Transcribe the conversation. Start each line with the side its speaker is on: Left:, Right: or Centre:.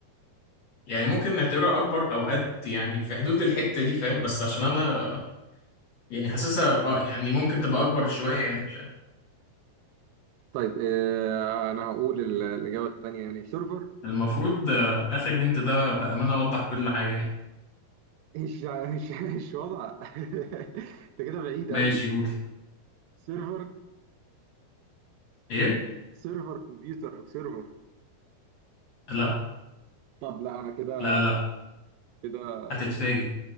Left: يعني ممكن نعتبرها اكبر او قد يعني في حدود الحتة دي فاهم بس عشان انا يعني حاسسها اه يعني ممكن تبقى اكبر شوية يعني
Right: طيب اه انا هقول ال- الاجابه التانيه يعني سيرفر
Left: المفروض آه، آخر هنت ده بأمانة أوضح كل حاجة يعني
Right: <laughs> مش مش مش واضحه <laughs> انت كده بعيد
Left: ماشي
Right: قوي
Left: قول
Right: سيرفر
Left: إيه؟
Right: سيرفر كمبيوتر او سيرفر
Left: لا
Right: طب لا انا كده
Left: لا لا
Right: كده
Left: هتتفاجئ